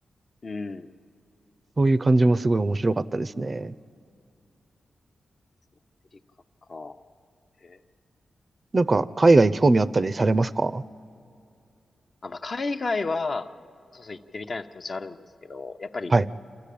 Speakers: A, on the left; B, on the right.
A: ょう。うん。
B: <laughs> そういう感じもすごい面白かったですね。
A: アメリカか。ええ
B: なんか、海外興味あったりされますか
A: あ、まあ、海外は、そうそう行ってみたいな気持ちはあるんですけど、やっぱり、
B: はい。